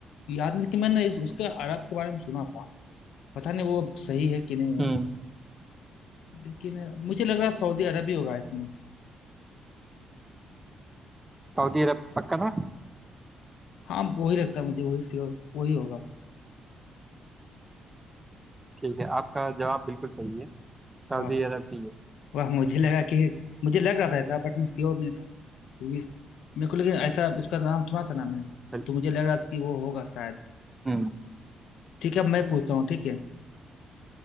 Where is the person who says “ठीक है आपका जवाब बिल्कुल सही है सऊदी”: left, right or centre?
Right